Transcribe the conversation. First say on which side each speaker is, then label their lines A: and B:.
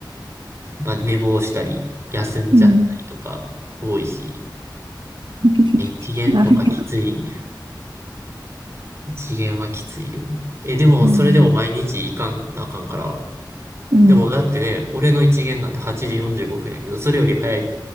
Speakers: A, on the right (about 35°); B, on the right (about 80°).
A: まあ寝坊したり、休んじゃったりとか多いし、
B: うん。<laughs>
A: 一限とかきつい。
B: ダメよ。
A: 一限はきついよ。え、でも、
B: うん。
A: それでも毎日行かんなあかんから、
B: うん。
A: でもだってね、俺の一限なんて8時45分やけど、それより早